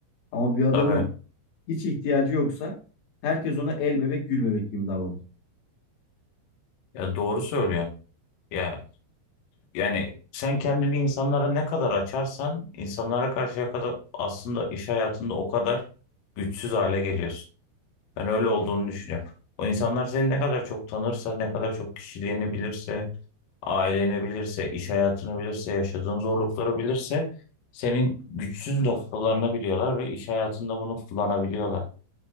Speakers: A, on the left; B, on the left.
A: Ama bir adamın
B: Tabii.
A: hiç ihtiyacı yoksa herkes ona el bebek gül bebek gibi davranır.
B: Ya doğru söylüyorsun. Ya Yani sen kendini insanlara ne kadar açarsan insanlara karşıya kadar aslında iş hayatında o kadar güçsüz hale geliyorsun. Ben öyle olduğunu düşünüyorum. O insanlar seni ne kadar çok tanırsa, ne kadar çok kişiliğini bilirse, aileni bilirse, iş hayatını bilirse, yaşadığın zorlukları bilirse senin güçsüz noktalarını biliyorlar ve iş hayatında bunu kullanabiliyorlar.